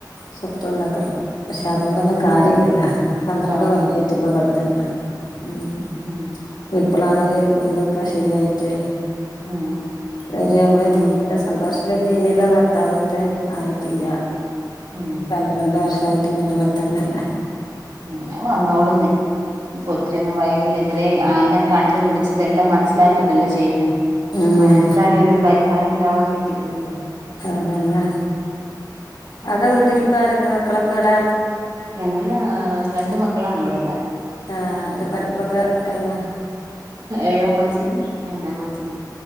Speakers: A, on the left; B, on the right.
A: സ്വത്ം, ഉണ്ടാക്കല്ല, പക്ഷെ, അതുകൊണ്ടൊന്നും,
B: ആ
A: കാര്യല്ലല്ല അ, കൊല്ലായിട്ട്,
B: കാര്യല്ല.
A: ഇപ്പപാട്തന്നയാ, പടുത്തന്നെ, ഉ,
B: ഉം
A: ഇപ്പളാണ്, വീട് ക്കെ, ശരിയായിട്ട്
B: ആഹ
A: ശര്, നമ്മള്, ജീവിക്ക, സന്തോഷുള്ളൊരു, ജീവിതം, വത്താമത്ത, ആയിട്ടില്ല
B: ഉം ഉം
A: പന്ത്രണ്ട്,
B: ഉം
A: വർഷം, ആയിട്ട്, മട്ട, വർത്തന്നല്ല
B: ഉ, വന്നോളന്നേ, ഇപ്പൊ, ഒത്തിരിയൊന്നും, വൈകല് അതെ ആ എല്ലാം കണ്ടുപിടിച്ചിതെല്ലാം മനസ്സിലാക്കിയിട്ടല്ലേ ചെയ്യുന്നേ
A: ഉം
B: അപ്പതിനന്തായാലൊരു പരിഹാരം ഇണ്ടാവാതിരിക്കത്തില്ലല്ലോ
A: അതന്നെ അവ്ടെ വീട്ടിലിപ്പാരൊക്കെ മക്കളൊക്കെ എവ്ടെ
B: ഞങ്ങള്‌ ഏ രണ്ട് മക്കളാണ് ഇവടുള്ളേ
A: ആഹ്
B: ഞങ്ങക്ക്
A: അവരെ പഠിപ്പൊക്കെ കഴിഞ്ഞോ
B: ഏഴാം ക്ലാസ്സിലും, രണ്ടാം ക്ലാസ്സിലും.